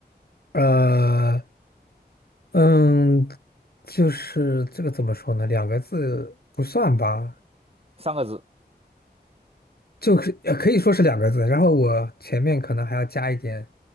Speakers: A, on the left (about 65°); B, on the right (about 35°).
A: 呃，嗯，就是这个怎么说呢？两个字不算吧，
B: 三个字？
A: 就是呃可以说是两个字，然后我前面可能还要加一点